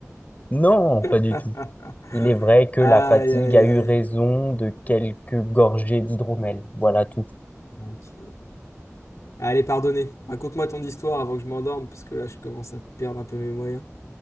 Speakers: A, on the left; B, on the left.
A: Non, pas
B: <laughs>
A: du tout. Il est vrai que
B: Aïe,
A: la fatigue
B: aïe,
A: a eu
B: aïe.
A: raison de quelques gorgées d'hydromel. Voilà tout.
B: Ok. Allez, pardonnez. Raconte-moi ton histoire avant que je m'endorme, parce que là, je commence à perdre un peu mes moyens.